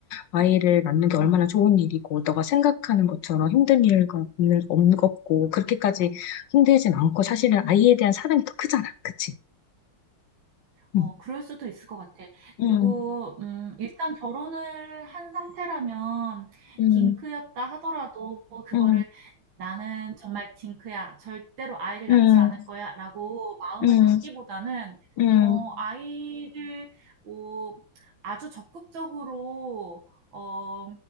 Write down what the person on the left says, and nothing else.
아이를 낳는 게 얼마나
좋은 일이고, 너가 생각하는 것처럼 힘든 일과 없는, 없는 없고, 그렇게까지 힘들진 않고, 사실은 아이에 대한 사랑이 더 크잖아. 그치?
응.
응.
응,
응,
응,
응,
응,